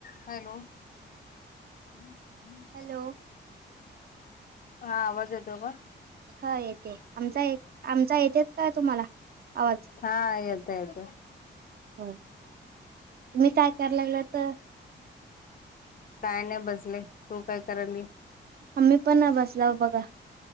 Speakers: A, on the left; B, on the right.
A: Hello. हम्म हम्म
B: hello
A: हा आवाज येतो का
B: हा येते आमचा आमचा येतेेत काय तुम्हाला आवाज
A: हा येतयेत
B: होु्ी काय कराय लागलं तर
A: काय नाही बसले तू काय कल
B: आम्मी पण ना बसला बघा